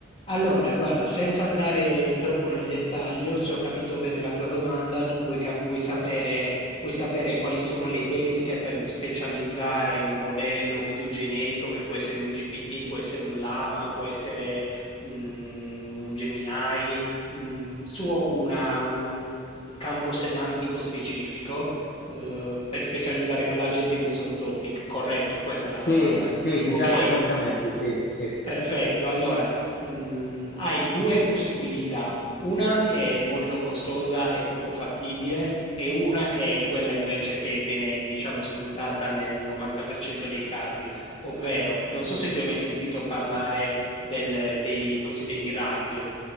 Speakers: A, on the left; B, on the left.
A: Allora, guarda, senza andare troppo nel dettaglio, se ho capito bene la tua domanda, tu vuoi, cap- vuoi sapere, vuoi sapere quali sono le tecniche per specializzare un modello più generico che può essere un GPT, può essere un Lama, può essere mm, un Gemini, mm, su una- un, un campo semantico specifico, eh, per specializzare quell'agente in un solo topic. Corretto, questa è la
B: Sì,
A: domanda.
B: sì, diciamo
A: Ok.
B: esattamente, sì, sì,
A: Perfetto, allora, mhmm, hai due possibilità, una che è molto costosa e poco fattibile e una che è quella invece che viene, diciamo, sfruttata nel 90% dei casi, ovvero, non so se tu hai mai sentito parlare del- dei cosiddetti RAG,